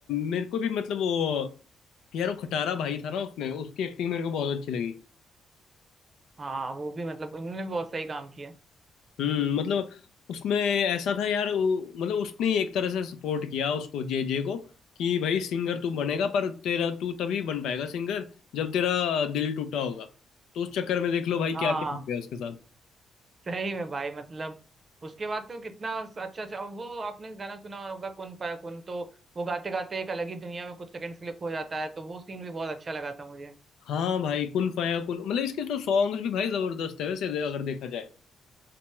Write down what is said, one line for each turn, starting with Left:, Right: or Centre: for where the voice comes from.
Left: मेरे को भी मतलब वो यार वो खटारा भाई था ना उसमें उसकी एक्टिंग मेरे को बहुत अच्छी लगी
Right: हाँ वो भी मतलब उन्होंने भी बहुत सही काम किया
Left: हम्म मतलब उसमें ऐसा था यार उ- मतलब उसने ही एक तरह से सपोर्ट किया उसको जे जे को कि भाई सिंगर तू बनेगा पर तेरा तू तभी बन पाएगा सिंगर जब तेरा दिल टूटा होगा तो उस चक्कर में देख लो भाई
Right: हाँ
Left: क्या क्या हो गया उसके साथ
Right: सही में भाई मतलब उसके बाद से वो कितना अच्छा अच्छा और वो आपने गाना सुना होगा कुन पाया कुन तो वो गाते गाते एक अलग ही दुनिया में कुछ सेकंड्स के लिए खो जाता है तो वो सीन भी बहुत अच्छा लगा था मुझे
Left: हाँ भाई कुन फाया कुन मतलब इसके तो सॉन्ग्स भी भाई जबरदस्त है वैसे अगर देखा जाए